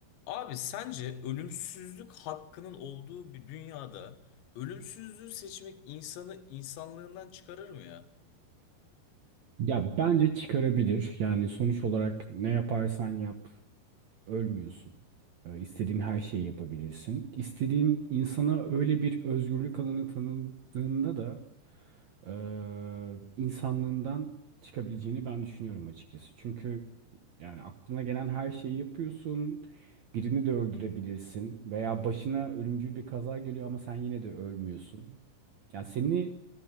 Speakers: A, on the left (about 85°); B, on the right (about 65°).
A: Abi sence ölümsüzlük hakkının olduğu bir dünyada ölümsüzlüğü seçmek insanı insanlığından çıkarır mı ya?
B: Ya bence çıkarabilir. Yani sonuç olarak ne yaparsan yap ölmüyorsun. Ee, istediğin her şeyi yapabilirsin. İstediğin insana öyle bir özgürlük alanı tanıdığında da eee, insanlığından çıkabileceğini ben düşünüyorum açıkçası. Çünkü yani aklına gelen her şeyi yapıyorsun. Birini de öldürebilirsin veya başına ölümcül bir kaza geliyor ama sen yine de ölmüyorsun. Yani seni